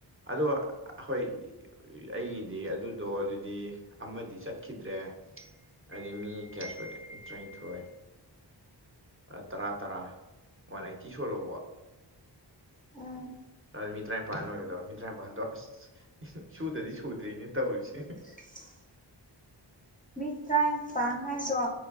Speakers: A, on the right (about 30°); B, on the left (about 20°).
A: ꯑꯗꯨꯒꯥ ꯑꯩꯈꯣꯏ꯫ ꯑꯩꯒꯤꯗꯤ ꯑꯗꯨꯗꯣ ꯑꯗꯨꯗꯤ ꯑꯃꯗꯤ ꯆꯠꯈꯤꯗ꯭ꯔꯦ ꯑꯗꯤ ꯃꯤ ꯀꯌꯥꯁꯨ ꯇꯔꯥꯅꯤꯊꯣꯏ꯫ ꯇꯔꯥ ꯇꯔꯥ ꯋꯥꯟ ꯑꯥꯏꯠꯇꯤ ꯁꯨꯂꯧꯕ
B: ꯎꯝ
A: ꯃꯤ ꯇꯔꯥꯏꯄꯥꯟ ꯑꯣꯏꯒꯗꯧꯕ ꯃꯤ ꯇꯔꯥꯏꯄꯥꯟꯗꯣ ꯑꯁ꯫ ꯁꯨꯗꯗꯤ ꯁꯨꯗ꯭ꯔꯤꯅꯦ ꯇꯧꯔꯤꯁꯦ
B: <inaudible> ꯃꯤꯠ ꯇꯔꯥꯏꯄꯥꯟ ꯍꯥꯏꯗꯣ